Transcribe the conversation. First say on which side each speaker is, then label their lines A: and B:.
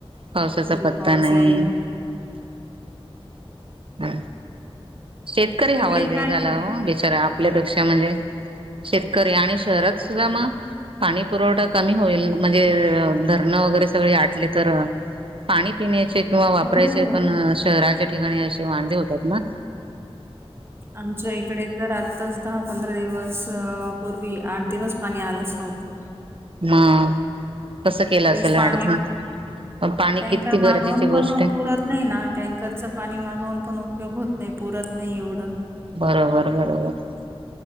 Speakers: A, on the right; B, on the right.
A: पावसाचा
B: तरी
A: पत्ता
B: पाऊस
A: नाहीये
B: येईना.
A: ह शेतकरी
B: तिकडे
A: हवालदल
B: काय
A: झाला
B: करता?
A: बिचारा आपल्यापेक्षा म्हणजे शेतकरी आणि शहरात सुद्धा मग पाणी पुरवठा कमी होईल म्हणजे धरणं वगैरे सगळी आटली तर पाणी पिण्याचे किंवा वापरायचे
B: हो
A: पण शहराच्या ठिकाणी असे वांदे होतात मग
B: आमच्या इकडे तर आत्ताच दहा पंधरा दिवस पूर्वी आठ दिवस पाणी आलंच नव्हतं
A: ह कसं केलं
B: लगेच
A: असेल
B: पाणी
A: अठधण पाणी
B: टँकर
A: किती
B: मागवून
A: गरजेची गोष्ट
B: पण मग
A: आहे
B: पुरत नाही ना टँकरचं पाणी मागवून पण उपयोग होत नाही पुरत नाही एवढं
A: बरोबर बरोबर